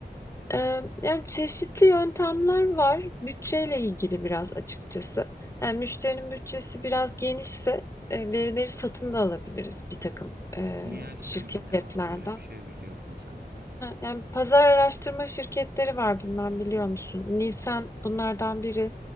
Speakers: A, on the left; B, on the right.
A: e, yani çeşitli yöntemler var. Bütçeyle ilgili biraz açıkçası. Yani müşterinin bütçesi biraz genişse e, verileri satın da alabiliriz bir takım e,
B: Nielsen
A: şirketlerden.
B: mi ne vardı öyle bir şey biliyordum sanki ben.
A: Yani pazar araştırma şirketleri var bilmem biliyor musun? Nisan bunlardan biri.